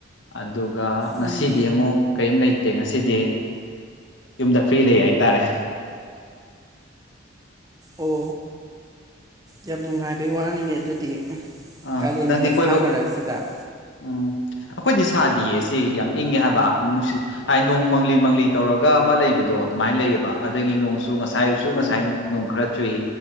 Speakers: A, on the left; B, on the right.
A: ꯑꯗꯨ ꯑꯗꯨꯒ ꯉꯁꯤꯗꯤ
B: ꯎꯝ
A: ꯑꯃꯨꯛ ꯀꯔꯤꯝ ꯂꯩꯇꯦ ꯉꯁꯤꯗꯤ ꯌꯨꯝꯗ ꯐ꯭ꯔꯤ ꯂꯩ ꯍꯥꯏ ꯇꯥꯔꯦ
B: ꯑꯣ ꯌꯥꯝ ꯅꯨꯡꯉꯥꯏꯕꯩ ꯋꯥꯅꯤꯅꯦ ꯑꯗꯨꯗꯤ
A: ꯑꯥ
B: ꯀꯥꯂꯦꯟꯒꯤ
A: ꯅꯪꯗꯤ
B: ꯃꯩꯁꯥ
A: ꯀꯣꯏꯕ
B: ꯃꯔꯛꯁꯤꯗ
A: ꯎꯝ ꯑꯩꯈꯣꯏꯗꯤ ꯁꯥꯗꯤꯌꯦ ꯁꯤ ꯌꯥꯝ ꯏꯪꯉꯦ ꯍꯥꯏꯕ ꯅꯨꯡꯁꯤꯠ ꯍꯥꯏꯗꯤ ꯅꯣꯡ ꯃꯪꯂꯤ ꯃꯪꯂꯤ ꯇꯧꯔꯒ ꯑꯃ ꯂꯩꯕꯗꯣ ꯑꯗꯨꯃꯥꯏꯅ ꯁꯃꯥꯏꯅ ꯂꯩꯑꯕ ꯑꯗꯒꯤ ꯅꯣꯡꯁꯨ ꯉꯁꯥꯏ ꯑꯌꯨꯛꯁꯨ ꯉꯁꯥꯏ ꯅꯣꯡ ꯈꯔ ꯆꯨꯏ